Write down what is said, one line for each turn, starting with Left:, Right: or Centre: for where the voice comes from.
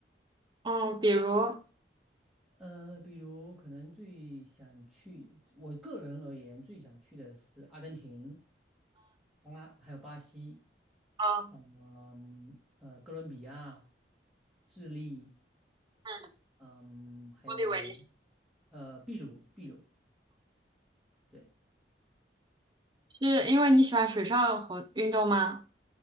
Right: 嗯，比如，嗯
Centre: 呃，比如可能最想去，我个人而言最想去的是阿根廷、巴，还有巴西。
Right: 嗯，
Centre: 嗯呃，哥伦比亚、智利，
Right: 嗯，
Centre: 嗯，还有
Right: 玻利维亚
Centre: 呃秘鲁，秘鲁，对，
Right: 是因为你喜欢水上活运动吗？